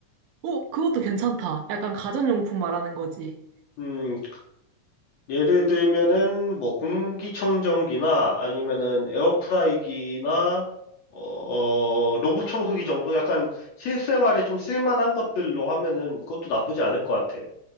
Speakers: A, on the right; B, on the left.
A: 어, 그것도 괜찮다. 약간 가전용품 말하는 거지.
B: 음, 예를 들면은 뭐 공기청정기나 아니면은 에어프라이기나 어, 어, 로봇 청소기 정도 약간 실생활에 좀 쓸만한 것들로 하면은 그것도 나쁘지 않을 것 같아.